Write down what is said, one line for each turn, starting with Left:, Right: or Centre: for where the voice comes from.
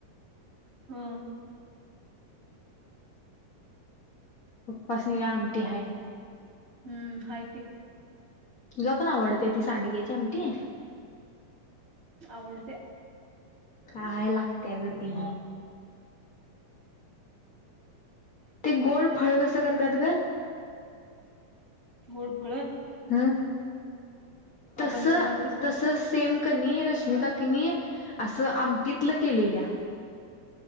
Right: हा.
Left: पप्पा स्नी काय आमटी हाय.
Right: हम्म हाय कि.
Left: तुला पण आवडतिया ती सांडग्याची आमटी?
Right: आवडतिया.
Left: काय लागतिया ग ती ते गोड फळ कसं करतात ग?
Right: गोड फळं
Left: हम्म.
Right: आपण
Left: तसं
Right: चपातीच
Left: तसं सेम कनी रश्मी काकींनी असं आमटीतलं केलेल्या.